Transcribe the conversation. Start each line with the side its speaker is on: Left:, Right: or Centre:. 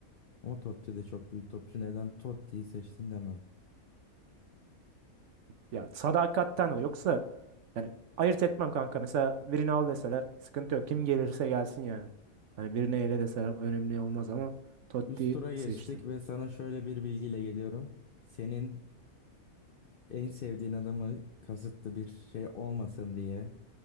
Left: Ama Totti de çok büyük topçu. Neden Totti'yi seçtin demem.
Right: Ya sadakatten o. Yoksa yani ayırt etmem kanka. Mesela birini al deseler sıkıntı yok. Kim gelirse gelsin yani. Hani birini ele deseler önemli olmaz ama Totti
Left: Üst tura geçtik
Right: seçtim.
Left: ve sana şöyle bir bilgiyle geliyorum. Senin En sevdiğin adamı kasıtlı bir şey olmasın diye